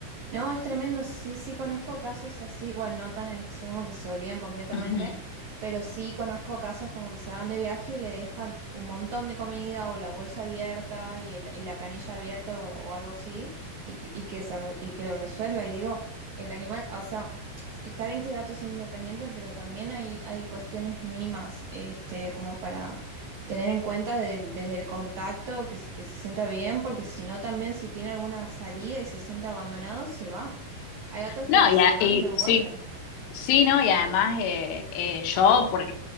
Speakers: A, on the right (about 85°); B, on the left (about 80°).
A: No, es tremendo. Sí, sí conozco casos así, bueno, no tan el extremo que se olvidan completamente,
B: <laughs>
A: pero sí conozco casos como que se van de viaje y le dejan un montón de comida o la bolsa abierta y, el- y la canilla abierta o, o algo así y, que- y que se, re- y que lo resuelva. Y digo, el animal, o sea, está bien que el gato sea independiente, pero también hay, hay cuestiones mínimas, este, como para tener en cuenta de- desde el contacto que, s- que se sienta bien, porque si no también si tiene alguna salida y se siente abandonado, se va. Hay gatos que
B: No,
A: se
B: y, a-
A: van
B: y
A: y no vuelven.
B: sí, sí, ¿no? Y además eh, eh, yo por,